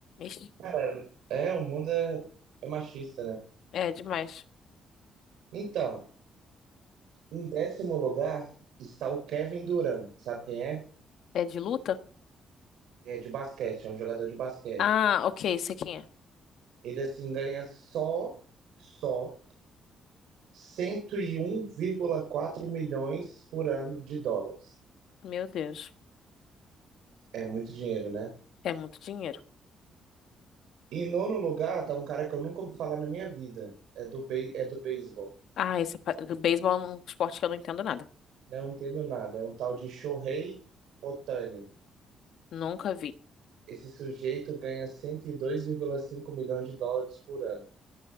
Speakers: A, on the left; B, on the right.
A: Ixi,
B: Cara, é, o mundo é, é machista, né?
A: É demais.
B: Então, em décimo lugar está o Kevin Durant. Sabe quem é?
A: É de luta?
B: É de basquete, é um jogador de basquete.
A: Ah, ok, sei quem é.
B: Ele, assim, ganha só, só cento e um vírgula quatro milhões por ano de dólares.
A: Meu Deus,
B: É muito dinheiro, né?
A: é muito dinheiro.
B: Em nono lugar, tá um cara que eu nunca ouvi falar na minha vida. É do, be é do beisebol.
A: Ah, esse pa- beisebol é um esporte que eu não entendo nada.
B: Não entendo nada. É um tal de Shohei Otani.
A: Nunca vi.
B: Esse sujeito ganha cento e dois vírgula cinco milhões de dólares por ano.